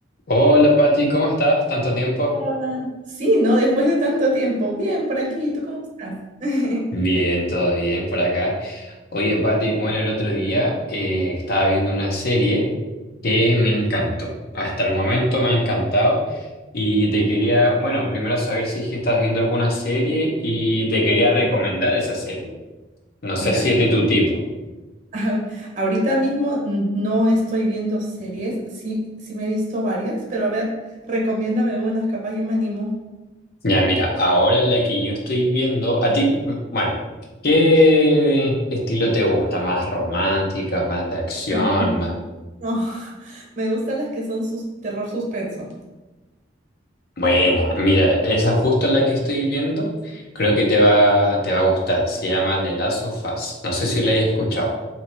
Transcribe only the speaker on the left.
Hola Pati, ¿cómo estás? ¿Tanto tiempo?
Bien, todo bien por acá. Oye Pati, bueno, el otro día eh, estaba viendo una serie que me encantó. Hasta el momento me ha encantado y te quería, bueno, primero saber si es que estás viendo alguna serie y te quería recomendar esa serie. No sé
si es de tu tipo.
Ya, mira, ahora en la que yo estoy viendo, a ti, mm, bueno, ¿qué estilo te gusta? ¿Más romántica, más de acción,
más...
Bueno, mira, esa justo la que estoy viendo, creo que te va, te va a gustar. Se llama The Last of Us. No sé si la hayas escuchado.